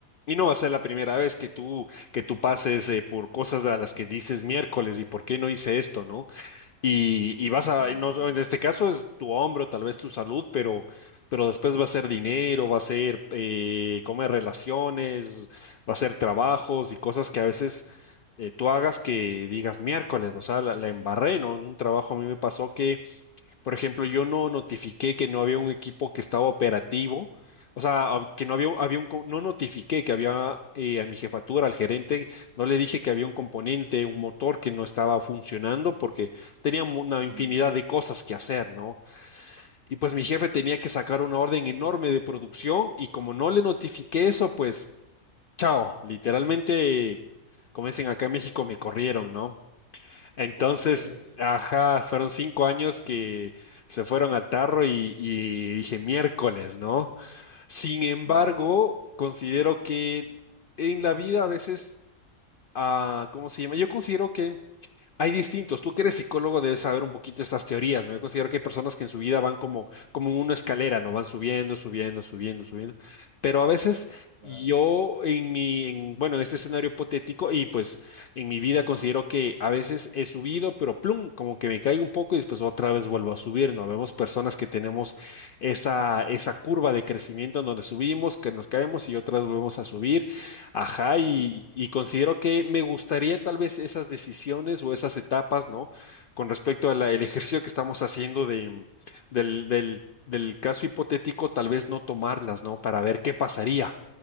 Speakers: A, on the left; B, on the right.
A: y no va a ser la primera
B: Sí,
A: vez que tú, que tú pases eh, por cosas a las que dices miércoles, ¿y por qué no hice esto, no? y, y
B: sí,
A: vas a,
B: sí,
A: y no,
B: sí,
A: en este caso es tu hombro, tal vez tu salud, pero, pero después va a ser dinero, va a ser eh, comer relaciones, va a ser trabajos y cosas que a veces eh, tú hagas que digas miércoles, o sea, la, la embarré, ¿no? En un trabajo
B: sí,
A: a mí me pasó que por ejemplo, yo no notifiqué que no había un equipo que estaba operativo, o sea, a- que no había, había un, co- no notifiqué que había eh, a mi jefatura, al gerente, no le dije que había un componente, un motor que no estaba funcionando porque tenía mu- una
B: sí,
A: infinidad
B: sí, sí.
A: de cosas que hacer, ¿no? Y pues mi jefe tenía que sacar una orden enorme de producción y como no le notifiqué eso, pues, chao, literalmente, como dicen acá en México, me corrieron, ¿no? Entonces,
B: ¿Cómo crees?
A: ajá, fueron cinco años
B: Híjole,
A: que se fueron al tarro y, y dije miércoles, ¿no? Sin embargo,
B: claro,
A: considero que en la vida a veces, ah, ¿cómo se llama? Yo considero que hay distintos. Tú que eres psicólogo debes saber un poquito estas teorías, ¿no? Yo considero que hay personas que en su vida van como, como en una escalera, ¿no? Van subiendo, subiendo, subiendo, subiendo. Pero a veces
B: claro,
A: yo
B: sí, sí, sí,
A: en mi, en, bueno, en este escenario hipotético y pues en mi vida considero que a veces he subido, pero plum, como que me caigo un poco y después otra vez vuelvo a subir, ¿no? Vemos personas que tenemos esa, esa curva de crecimiento en donde subimos, que nos caemos y otras volvemos a subir Ajá,
B: claro.
A: y, y considero que me gustaría tal vez esas decisiones o esas etapas, ¿no? Con respecto al ejercicio que estamos haciendo de, del, del, del caso hipotético, tal vez no tomarlas, ¿no? Para ver qué pasaría,